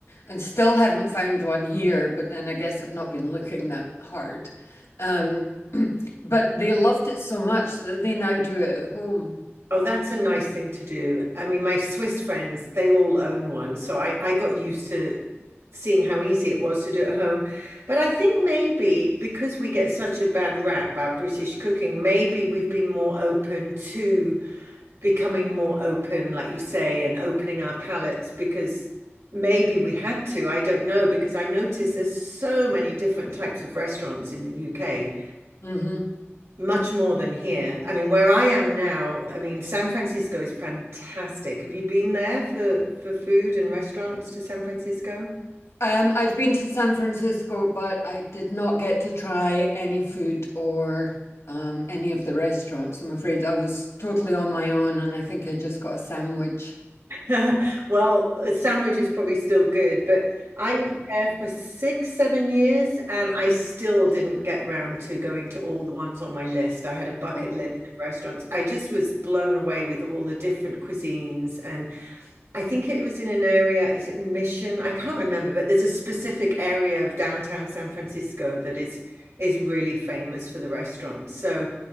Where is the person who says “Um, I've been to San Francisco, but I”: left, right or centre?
Left